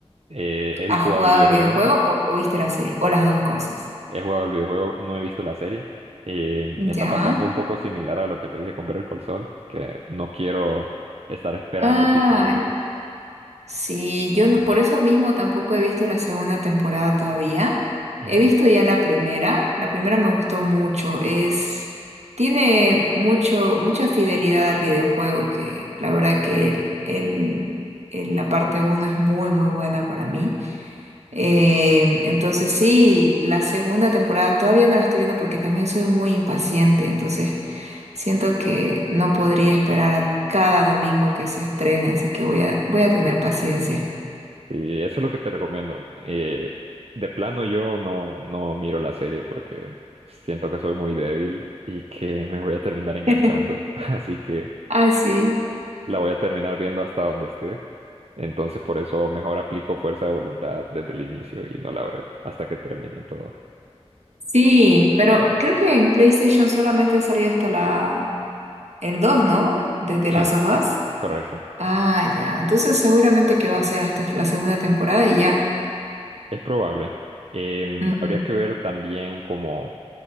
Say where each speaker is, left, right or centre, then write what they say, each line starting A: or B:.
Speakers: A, on the right; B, on the right.
A: Eh, he
B: ¿Has
A: jugado
B: jugado
A: el videojuego.
B: el videojuego o, o viste la serie? O las dos cosas.
A: He jugado el videojuego, no he visto la serie. Eh, está
B: Ya.
A: pasando un poco similar a lo que te dije con Better Call Saul, que no quiero estar esperando
B: Ah.
A: episodios.
B: Sí, yo no-
A: Sí.
B: por eso mismo tampoco he visto la segunda temporada todavía.
A: Ujú.
B: He visto ya la primera. La primera me gustó mucho. Es, tiene mucho, mucha fidelidad al videojuego, que la verdad que el, el- el- la parte uno es muy, muy buena para mí. Eh, entonces sí, la segunda temporada todavía no la estoy viendo porque también soy muy impaciente, entonces siento que no podría esperar a cada domingo que se estrene, así que voy a, voy a tener paciencia.
A: Y eso es lo que te recomiendo. Eh, de plano yo no, no miro la serie porque siento que soy muy débil y que me voy a terminar enganchando.
B: <laughs>
A: <laughs> Así que
B: Ah, sí.
A: la voy a terminar viendo hasta donde esté. Entonces por eso mejor aplico fuerza de voluntad desde el inicio y no la veo hasta que termine todo.
B: Sí, pero creo que en PlayStation solamente ha salido hasta la el 2, ¿no? De The
A: Sí,
B: Last of Us.
A: correcto.
B: Ah, ya. Entonces seguramente que va a ser hasta la segunda temporada y ya.
A: Es probable. Em,
B: Ujú,
A: habría que ver también como,